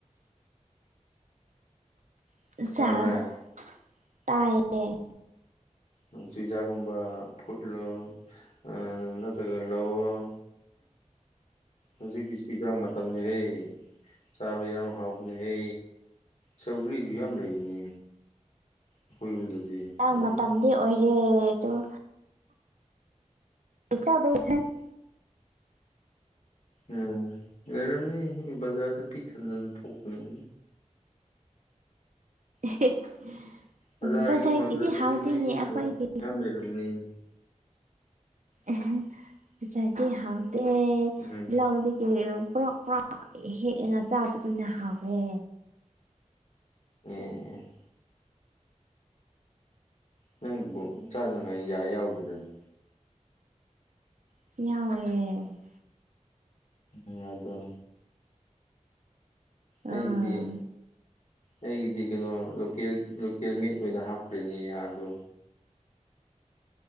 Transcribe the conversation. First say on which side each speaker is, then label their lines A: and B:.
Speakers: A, on the right (about 80°); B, on the left (about 65°).
A: <inaudible>
B: ꯇꯥꯕ꯭ꯔꯥ ꯅꯨꯡꯁꯤꯗꯥꯛꯀꯨꯝꯕ ꯐꯨꯠꯂꯣ꯫ ꯑ ꯅꯇ꯭ꯔꯒꯥ ꯂꯧꯑꯣ꯫ ꯍꯧꯖꯤꯛꯇꯤ ꯆꯨꯏꯖꯥꯡ ꯃꯇꯝꯅꯦꯍꯦ ꯆꯥꯕ ꯌꯥꯝ ꯍꯥꯎꯕꯅꯦꯍꯦ꯫ ꯁꯧꯒ꯭ꯔꯤꯖꯨ ꯌꯥꯝ ꯂꯩꯔꯅꯦ ꯑꯈꯣꯏ ꯌꯨꯝꯗꯗꯤ꯫
A: ꯆꯥꯡ
B: ꯑꯣ
A: ꯃꯇꯝꯗꯤ ꯑꯣꯏꯔꯦ ꯑꯗꯨ_ _ <inaudible>
B: ꯎꯝ ꯂꯩꯔꯝꯅꯤ ꯕꯖꯥꯔꯗ ꯄꯤꯛꯊꯟꯗꯨꯝ ꯊꯣꯛꯄꯅꯦ꯫
A: <inaudible>
B: ꯑꯗ꯭ꯋꯥꯏꯒꯤ
A: ꯕꯖꯥꯔꯒꯤꯗꯤ
B: ꯐꯪꯗ꯭ꯔꯖꯨ
A: ꯍꯥꯎꯇꯦꯅꯦ
B: ꯅꯣꯏ ꯌꯨꯝꯗ
A: ꯑꯩꯈꯣꯏꯒꯤ
B: ꯌꯥꯝ ꯂꯩꯔꯝꯃꯅꯤꯅꯦ꯫
A: ꯑꯍꯦ ꯑꯆꯥꯔꯗꯤ ꯍꯥꯎꯗꯦ
B: ꯎꯝ
A: ꯂꯧꯗꯒꯤ ꯋ ꯍꯦꯛꯑꯒ ꯆꯥꯕꯗꯨꯅ ꯍꯥꯎꯋꯦ꯫
B: ꯑꯦ ꯑꯦ ꯅꯪꯕꯨ ꯆꯥꯅꯉꯥꯏ ꯌꯥ ꯌꯥꯎꯒꯤꯔꯅꯦ꯫
A: ꯌꯥꯎꯋꯦ
B: ꯎꯗꯦ ꯑꯩꯗꯤ
A: ꯑꯥ
B: ꯑꯩꯒꯤꯗꯤ ꯀꯩꯅꯣ ꯂꯣꯀꯦꯜ ꯂꯣꯀꯦꯜ ꯃꯤꯠ ꯑꯣꯏꯅ ꯍꯥꯞꯈ꯭ꯔꯅꯤ ꯌꯥꯗꯣ